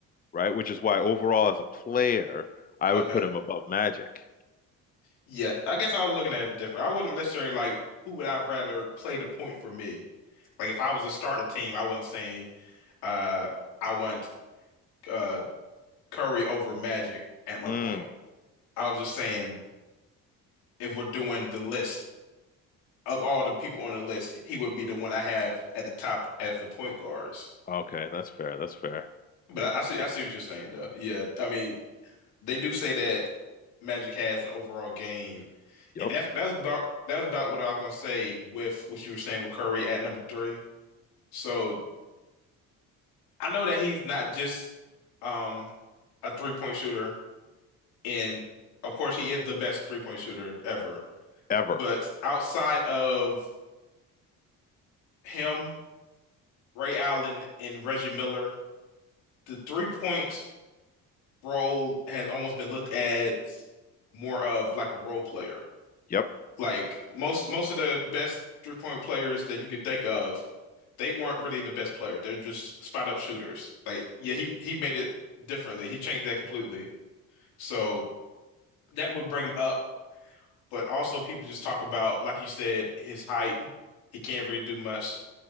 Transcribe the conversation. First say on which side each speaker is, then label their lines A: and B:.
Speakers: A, on the left; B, on the left.
A: right? Which is why overall as a player, I
B: okay,
A: would put him above Magic.
B: yeah. I guess I was looking at it different. I wouldn't necessarily like who would I rather play the point for me. Like if I was to start a team, I wasn't saying uh I want uh Curry over Magic at my
A: Mm,
B: point. I was just saying. if we're doing the list of all the people on the list, he would be the one I have at the top as the point guards.
A: okay, that's fair. That's fair.
B: But I, I see, I see what you're saying, though. Yeah, I mean, they do say that Magic has the overall game,
A: Yep.
B: and that's that was about that was about what I was gonna say with what you were saying with Curry at number three. So I know that he's not just um a three point shooter, and of course he is the best three point shooter ever.
A: Ever.
B: But outside of him, Ray Allen and Reggie Miller the three point role has almost been looked at more of like a role player.
A: Yep.
B: Like most most of the best three point players that you could think of, they weren't really the best player. They're just spot up shooters. Like yeah, he he made it differently. He changed that completely. So that would bring him up. But also people just talk about, like you said, his height. He can't really do much.